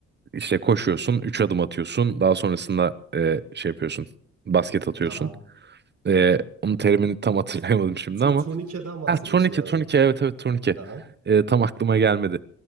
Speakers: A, on the right; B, on the right.
A: işte koşuyorsun. Üç adım atıyorsun. Daha sonrasında ee, şey yapıyorsun. Basket atıyorsun.
B: Aha.
A: Ee, onun terimini tam <laughs> hatırlayamadım şimdi
B: Tu-
A: ama
B: turnikeden bahsediyorsun
A: Ha, turnike
B: galiba.
A: turnike evet evet turnike.
B: Aha.
A: Ee, tam aklıma gelmedi.